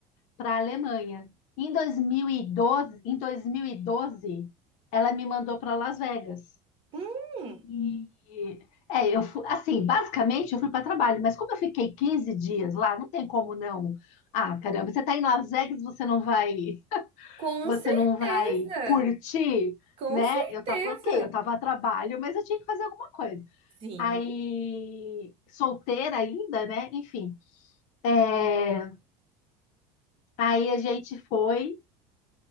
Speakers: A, on the left (about 50°); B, on the right (about 35°).
A: para a Alemanha. Em 2012, em 2012, ela me mandou para Las Vegas.
B: hum,
A: E é, eu fui, assim, basicamente eu fui para trabalho, mas como eu fiquei 15 dias lá, não tem como não. Ah, caramba, você está em Las Vegas, você não vai.
B: com
A: você
B: certeza!
A: não vai curtir,
B: Com
A: né?
B: certeza!
A: Eu tava, ok, eu tava a trabalho, mas eu tinha que fazer alguma coisa.
B: Sim.
A: Aí, solteira ainda, né? Enfim. é, Aí a gente foi,